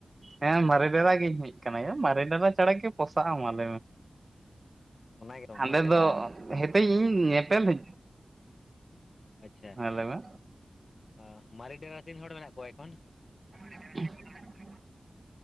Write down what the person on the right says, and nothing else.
ᱦᱮᱸ ᱢᱟᱨᱮ ᱰᱮᱨᱟ ᱜᱤᱧ ᱦᱮᱡ ᱠᱟᱱᱟ ᱭᱟ, ᱢᱟᱨᱮ ᱰᱮᱨᱟ ᱪᱷᱟᱲᱟ ᱠᱤ ᱯᱚᱥᱟᱜ ᱟ ᱢᱟᱞᱟᱹᱭ ᱢᱮ?
ᱦᱟᱸᱰᱮ
ᱫᱚ ᱦᱮᱛᱮᱡ ᱤᱧ ᱧᱮᱯᱮᱞ ᱦᱤ
ᱞᱟᱹᱭ ᱢᱮ
<inaudible>